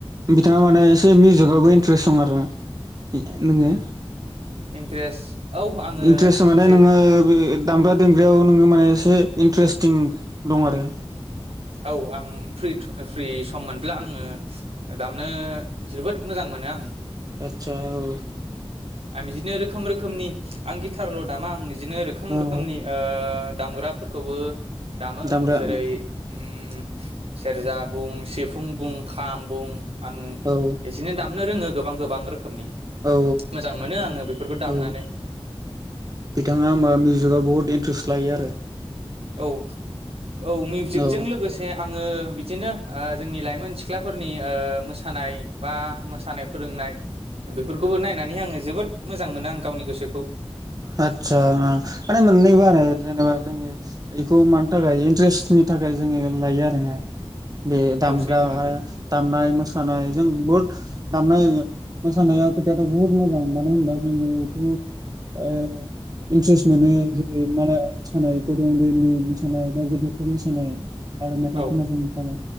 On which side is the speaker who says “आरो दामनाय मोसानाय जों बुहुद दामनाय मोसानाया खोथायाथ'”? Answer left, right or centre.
Right